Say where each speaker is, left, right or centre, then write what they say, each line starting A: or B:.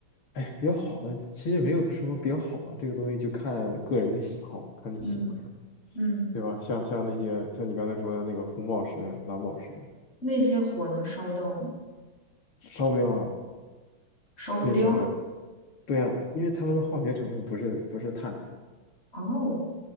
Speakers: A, on the left (about 85°); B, on the left (about 30°).
A: 哎，比较好的其实没有说比较好的，这个东西就看个人的喜好，看你喜欢什么，
B: 嗯嗯，
A: 对吧？像像那些像你刚才说的那个红宝石、蓝宝石，
B: 那些火能烧到吗？
A: 烧不掉啊，
B: 烧不掉。
A: 这烧不掉。对啊，因为它们的化学成分不是不是碳，
B: 哦，